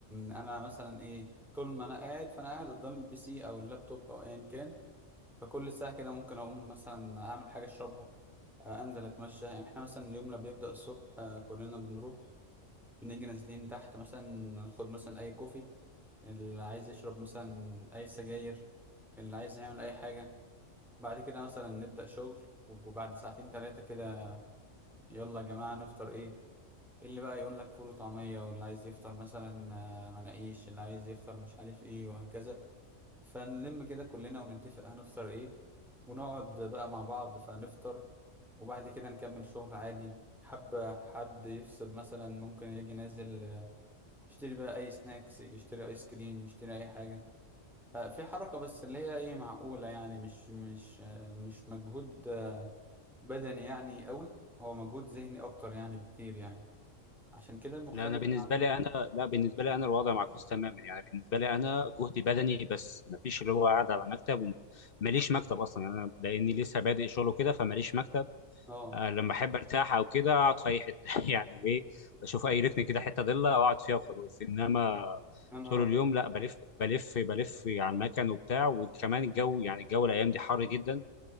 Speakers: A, in the centre; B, on the left (about 50°).
A: انا مثلا ايه طول ما انا قاعد فانا قاعد قدام البي سي او اللابتوب او ايا كان فكل ساعه كده ممكن اقوم مثلا اعمل حاجه اشربها آه، انزل اتمشى يعني احنا مثلا يومنا بيبدا الصبح آه، كلنا بنروح بنيجي نازلين تحت مثلا ناخد مثلا اي كوفي اللي عايز يشرب مثلا اي سجاير اللي عايز يعمل اي حاجه بعد كده مثلا نبدا شغل وبعد ساعتين ثلاثه كده يلا يا جماعه نفطر ايه اللي بقى يقول لك فول وطعمية واللي عايز يفطر مثلا آه، مناقيش اللي عايز يفطر مش عارف ايه وهكذا فنلم كده كلنا ونتفق هنفطر ايه ونقعد بقى مع بعض فنفطر وبعد كده نكمل شغل عادي حب حد يفصل مثلا ممكن يجي نازل آه، يشتري بقى اي سناكس يشتري ايس كريم يشتري اي حاجة ففي حركة بس اللي هي ايه معقولة يعني مش مش آه، مش مجهود آه، بدني يعني قوي هو مجهود ذهني اكتر يعني بكتير يعني عشان كده المختلف
B: لا انا بالنسبه
A: عن
B: لي انا لا بالنسبه لي انا الوضع معكوس تماما يعني بالنسبه لي انا جهدي بدني بس مفيش اللي هو قاعد على مكتب وماليش مكتب اصلا انا لاني لسه بادئ شغله كده فماليش مكتب
A: اه
B: آه، لما احب ارتاح او كده اقعد في اي حته <laughs> يعني ايه اشوف اي ركن كده حته ضله واقعد فيها وخلاص انما
A: يا نهار
B: طول
A: ابيض
B: اليوم لا بلف بلف بلف على المكن وبتاع وكمان الجو يعني الجو الايام دي حر جدا